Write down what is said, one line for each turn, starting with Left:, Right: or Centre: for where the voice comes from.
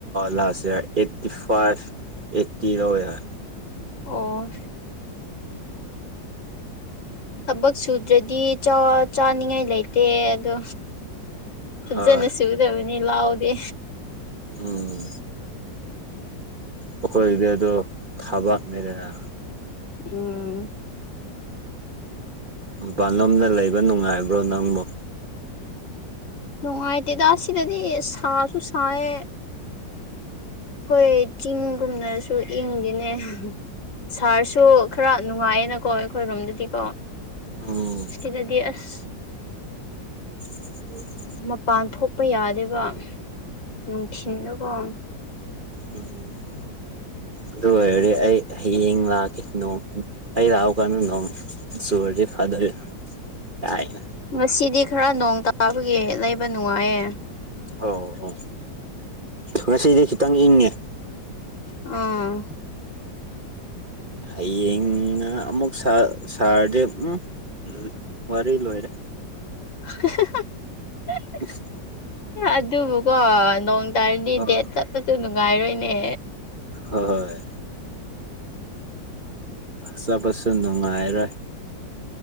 Right: last year eighty five eighty ꯂꯧꯋꯦ ꯍꯥꯏ
Left: ꯑꯣ ꯊꯕꯛ ꯁꯨꯗ꯭ꯔꯗꯤ ꯆꯥꯅꯤꯡꯉꯥꯏ ꯂꯩꯇꯦ ꯑꯗꯣ ꯐꯖꯅ
Right: ꯍꯣꯏ
Left: ꯁꯨꯗꯕꯅꯤ ꯂꯥꯎꯗꯤ
Right: ꯎꯝ ꯑꯩꯈꯣꯏꯒꯤꯗꯤꯗꯣ ꯊꯥꯕꯛꯅꯦꯗꯅ
Left: ꯎꯝ
Right: ꯃꯄꯥꯟꯂꯣꯝꯅ ꯂꯩꯕ ꯅꯨꯡꯉꯥꯏꯕ꯭ꯔꯣ ꯅꯪꯕꯨ
Left: ꯅꯨꯡꯉꯥꯏꯇꯦꯗ ꯑꯁꯤꯗꯗꯤ ꯁꯥꯁꯨ ꯁꯥꯏꯌꯦ ꯍꯈꯣꯏ ꯆꯤꯡꯒꯨꯝꯅꯁꯨ ꯏꯪꯗꯤꯅꯦ ꯁꯥꯔꯁꯨ ꯈꯔ ꯅꯨꯡꯉꯥꯏꯌꯦꯅꯀꯣ ꯑꯩꯈꯣꯏꯔꯣꯝꯗꯗꯤꯀꯣ
Right: ꯎꯝ
Left: ꯁꯤꯗꯗꯤ ꯑꯁ
Right: <unintelligible>
Left: ꯃꯄꯥꯟ ꯊꯣꯛꯄ ꯌꯥꯗꯦꯕ ꯅꯨꯡꯊꯤꯟꯗꯀꯣ
Right: ꯎꯝ ꯑꯗꯨ ꯑꯣꯏꯔꯗꯤ ꯑꯩ ꯍꯌꯦꯡ ꯂꯥꯛꯀꯦ ꯅꯣꯡ ꯑꯩ ꯂꯥꯛꯎ ꯀꯥꯟꯗꯨ ꯅꯣꯡ ꯆꯨꯔꯗꯤ ꯐꯥꯗꯣꯏꯔ ꯀꯥꯏꯅ
Left: ꯉꯁꯤꯗꯤ ꯈꯔ ꯅꯣꯡ ꯇꯥꯕꯒꯤ ꯂꯩꯕ ꯅꯨꯡꯉꯥꯏꯌꯦ
Right: ꯑꯣ ꯑꯣ ꯉꯁꯤꯗꯤ ꯈꯤꯇꯪ ꯏꯪꯉꯦ
Left: ꯎꯝ
Right: ꯍꯌꯦꯡꯅ ꯑꯃꯨꯛ ꯁꯥꯔ ꯁꯥꯔꯗꯤ ꯎꯝ ꯎꯝ ꯋꯥꯔꯤ ꯑꯣꯏꯔꯦ
Left: <unintelligible>
Right: <unintelligible>
Left: ꯑꯗꯨꯕꯨꯀꯣ ꯅꯣꯡ ꯇꯥꯔꯗꯤ
Right: ꯑ ꯍꯣꯏ
Left: ꯗꯦꯠ ꯆꯠꯄꯁꯨ ꯅꯨꯡꯉꯥꯏꯔꯣꯏꯅꯦ
Right: ꯍꯣꯏ ꯍꯣꯏ ꯆꯠꯄꯁꯨ ꯅꯨꯡꯉꯥꯏꯔꯣꯏ